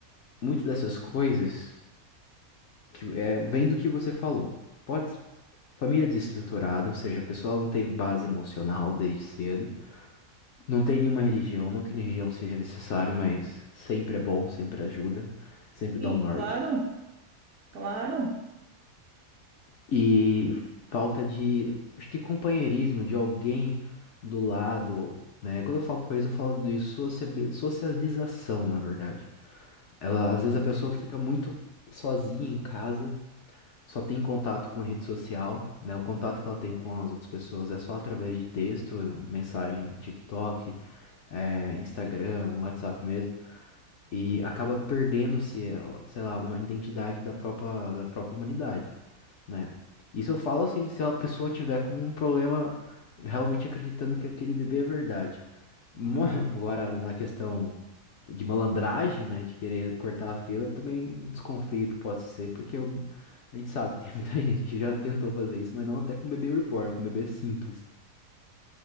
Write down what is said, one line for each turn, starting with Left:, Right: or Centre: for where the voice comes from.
Left: muito dessas coisas que é, vem do que você falou. Pode, Família desestruturada, ou seja, a pessoa não teve base emocional desde cedo. Não tem nenhuma religião, não que religião seja necessário, mas sempre é bom, sempre ajuda, sempre
Right: Sim,
Left: dá um norte.
Right: claro, claro.
Left: E falta de, acho que companheirismo, de alguém do lado, né? Quando eu falo companheirismo, eu falo de sociabi- socialização, na verdade. Ela, às vezes a pessoa que fica muito sozinha em casa só tem contato com rede social, né? O contato que ela tem com as outras pessoas é só através de texto, mensagem, TikTok, eh, Instagram, no WhatsApp mesmo, e acaba perdendo-se, eh, sei lá, uma identidade da própria, da própria humanidade, né? Isso eu falo assim, se a pessoa tiver com um problema realmente acreditando que aquele bebê é verdade. Mo- <laughs> Agora, na questão de malandragem, né, de querer cortar a fila, eu também desconfio que possa ser, porque eu- a gente sabe <laughs> que tem muita <laughs> gente que já tentou fazer isso, mas não até com bebê reborn, com bebê simples.